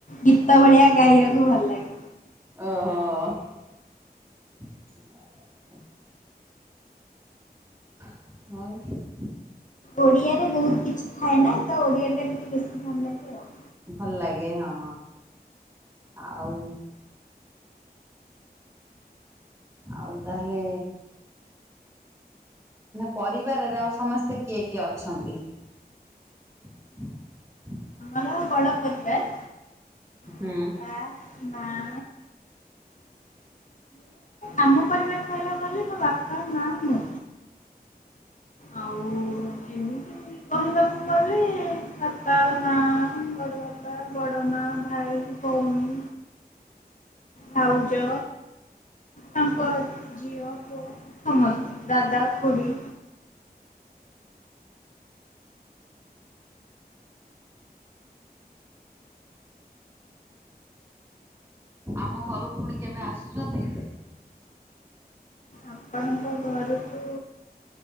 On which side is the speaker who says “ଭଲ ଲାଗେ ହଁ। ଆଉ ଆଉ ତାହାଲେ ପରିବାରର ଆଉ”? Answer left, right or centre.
Right